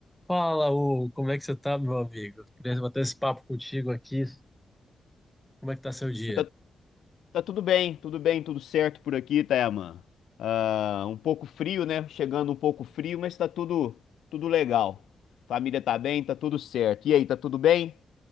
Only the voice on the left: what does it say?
Tá, tá tudo bem, tudo bem, tudo certo por aqui, Tayaman. Ah, um pouco frio, né? Chegando um pouco frio, mas tá tudo, tudo legal. Família tá bem, tá tudo certo. E aí, tá tudo bem?